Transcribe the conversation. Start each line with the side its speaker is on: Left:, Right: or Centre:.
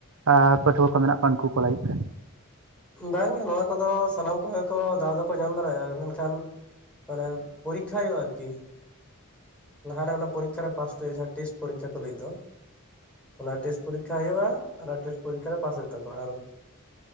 Right: ᱟ ᱯᱟᱹᱴᱷᱩᱣᱟᱹ ᱠᱚ ᱢᱮᱱᱟᱜ ᱠᱚᱣᱟ ᱩᱱᱠᱩ ᱠᱚ ᱞᱟᱹᱜᱤᱫ ᱛᱮ᱾
Centre: ᱵᱟᱝᱜᱮ ᱱᱚᱣᱟ ᱠᱚᱫᱚ ᱥᱟᱱᱟᱢ ᱠᱚᱜᱮ ᱠᱚ ᱫᱟᱣ ᱫᱚᱠᱚ ᱧᱟᱢ ᱫᱟᱲᱮᱭᱟᱜᱼᱟ᱾ ᱢᱮᱱᱠᱷᱟᱱ ᱢᱟᱱᱮ ᱯᱚᱨᱤᱠᱠᱷᱟ ᱦᱳᱭᱳᱜᱼᱟ᱾ ᱟᱨᱠᱤ ᱞᱟᱦᱟᱨᱮ ᱚᱱᱟ ᱯᱚᱨᱤᱠᱷᱟ ᱨᱮ ᱯᱟᱥᱴ ᱦᱩᱭᱩᱜᱼᱟ᱾ᱡᱟᱦᱟᱸ ᱴᱮᱥᱴ ᱯᱚᱨᱤᱠᱷᱟ ᱠᱚ ᱞᱟᱹᱭᱮᱜᱼᱫᱚ, ᱚᱱᱟ ᱴᱮᱥᱴ ᱯᱚᱨᱤᱠᱷᱟ ᱦᱩᱭᱩᱜᱼᱟ᱾ ᱚᱱᱟ ᱴᱮᱥᱴ ᱯᱚᱨᱤᱠᱠᱷᱟ ᱨᱮ ᱯᱟᱥ ᱦᱩᱭᱩᱜ ᱛᱟᱠᱚᱣᱟ ᱾ᱟᱨ